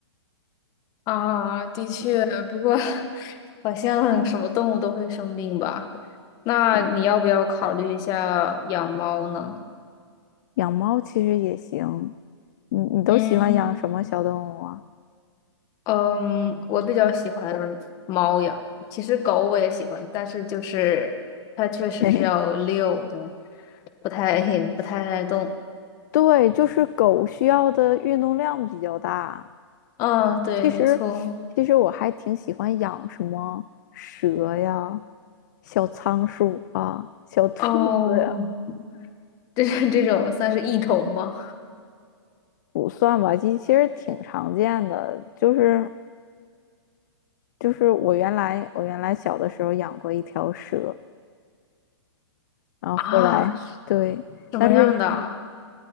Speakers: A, on the left; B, on the left.
A: <laughs> 啊，的确，不过好像什么动物都会生病吧？那你要不要考虑一下养猫呢？
B: 是养猫其实也行，你你都喜欢养什么小动物啊？
A: 嗯嗯，我比较喜欢猫呀。其实狗我也喜欢，但是就是它确实是要遛，
B: <laughs> 嘿嘿，
A: 就不太 <laughs> 不太爱动。
B: 对，就是狗需要的运动量比较大。
A: 哦，对，
B: 其实，
A: 没错。
B: 其实我还挺喜欢养什么蛇呀、小仓鼠啊、小兔子呀，
A: 哦，这 <laughs> 这种算是异虫吗？
B: 不算吧，其其实挺常见的。就是就是我原来我原来小的时候养过一条蛇，
A: <laughs>
B: 然后后来对，
A: 啊，是什么样的啊？
B: 但是因为